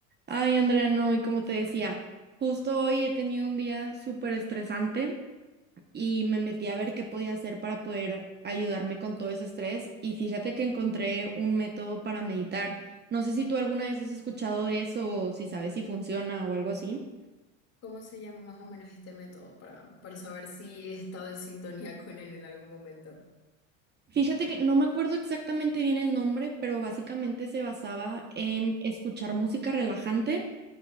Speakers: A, on the right (about 25°); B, on the left (about 40°).
A: Ay, Andrea, no, y como te decía, justo hoy he tenido un día súper estresante y me metí a ver qué podía hacer para poder ayudarme con todo ese estrés y fíjate que encontré un método para meditar. No sé si tú alguna vez has escuchado de eso o si sabes si funciona o algo así.
B: ¿Cómo se llama más o menos este método para, para saber si he estado en sintonía con él en algún momento?
A: Fíjate que no me acuerdo exactamente bien el nombre, pero básicamente se basaba en escuchar música relajante